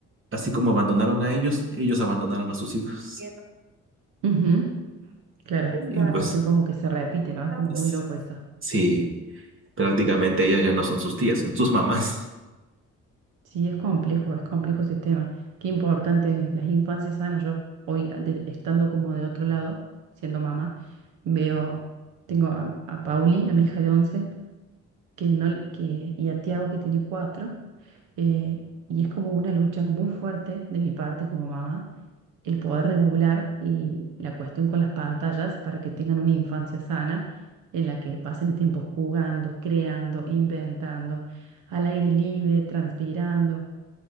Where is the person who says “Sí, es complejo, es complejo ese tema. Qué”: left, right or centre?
Right